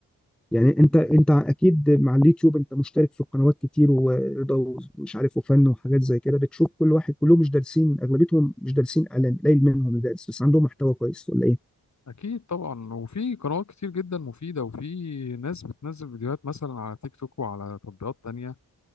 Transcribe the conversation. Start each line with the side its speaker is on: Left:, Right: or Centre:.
Centre: يعني انت انت اكيد مع اليوتيوب انت مشترك في قنوات كتير ورضا ومش عارف وفن وحاجات زي كده بتشوف كل واحد كلهم مش دارسين اغلبيتهم مش دارسين اعلان قليل منهم اللي دارس بس عندهم محتوى كويس ولا ايه
Left: أكيد طبعا وفي قنوات كتير جدا مفيدة وفي ناس بتنزل فيديوهات مثلا على تيك توك وعلى تطبيقات تانية